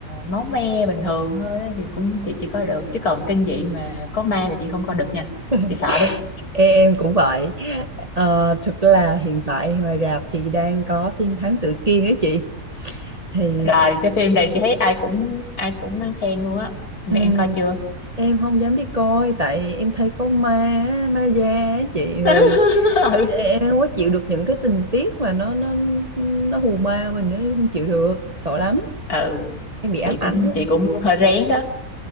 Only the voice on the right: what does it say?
<laughs>
Ê, Em cũng vậy. Ờ, thực là hiện tại ngoài rạp thì đang có phim Thám Tử Kiên ấy chị. Thì
Ừ,
em không dám đi coi tại em thấy có ma á, ma da á chị rồi
em không có chịu được những cái tình tiết mà nó nó nó hù ma mình ấy, em không chịu được sợ lắm
em bị ám
ảnh á